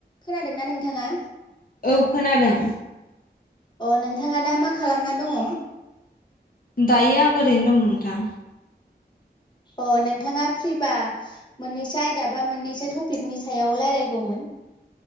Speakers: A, on the left; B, on the left.
A: खोनादोंना नोंथाङा?
B: औ खोनादों
A: अ नोंथाङा दा मा खालामना दङ?
B: दायो आं ओरैनो दं नोंथां
A: अ नोंथाङा फ्रिबा मोननैसो आयदा बा मोननैसो टपिकनि सायाव लारायगौमोन